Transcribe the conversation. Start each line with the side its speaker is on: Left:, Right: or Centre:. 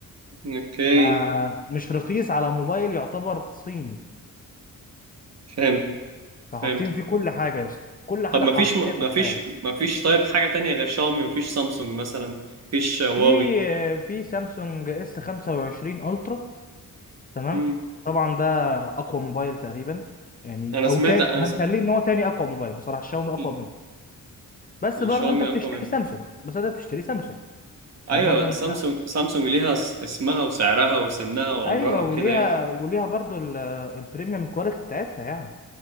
Right: اوكي
Left: فمش رخيص على موبايل يعتبر صيني
Right: فهمت
Left: فحاطين
Right: فهمت
Left: فيه كل حاجه يا اسطى كل حاجه
Right: طب ما
Left: حرفيا
Right: فيش ما
Left: تتخيلها
Right: فيش ما فيش طيب حاجة تانية غير شاومي ما فيش سامسونج مثلا ما فيش هواوي
Left: في في سامسونج اس 25 الترا تمام
Right: مم.
Left: طبعا ده اقوى موبايل تقريبا يعني
Right: انا
Left: او
Right: سمعت
Left: تاني
Right: انا
Left: هنخليه
Right: سم...
Left: ان هو تاني اقوى موبايل بصراحه الشاومي اقوى
Right: ال-
Left: منه بس
Right: الشاومي
Left: برضو انت بتشتري
Right: اقوى من
Left: سامسونج بس انت بتشتري سامسونج
Right: ايوه
Left: يعني برضو انت
Right: سامسونج سامسونج ليها س- اسمها وسعرها وسنها وعمرها
Left: ايوه
Right: وكده
Left: وليها
Right: يعني
Left: وليها برضو ال- البريميوم كواليتي بتاعتها يعني